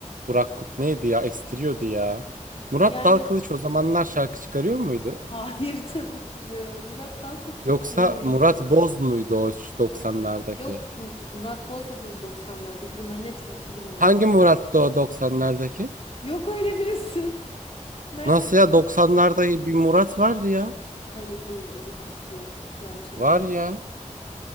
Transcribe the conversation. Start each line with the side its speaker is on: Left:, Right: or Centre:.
Right: Burak Kut neydi ya? Estiriyordu ya. Murat
Left: Yani
Right: Dalkılıç o zamanlar şarkı çıkarıyor muydu?
Left: hayır <laughs> tabii ki de. Murat Dalkılıç çok
Right: Yoksa
Left: yeni.
Right: Murat Boz muydu o 90'lardaki?
Left: Yok Mu- Murat Boz da değil 90'lardaki. Bunların hepsi iki binler.
Right: Hangi Murat'tı o 90'lardaki?
Left: Yok öyle birisi. <laughs> Nereden
Right: Nasıl
Left: çıkar?
Right: ya 90'larda bir Murat vardı ya.
Left: Hayır hayır öyle birisi yok. Yanlış hatırlıyorsun.
Right: Var ya.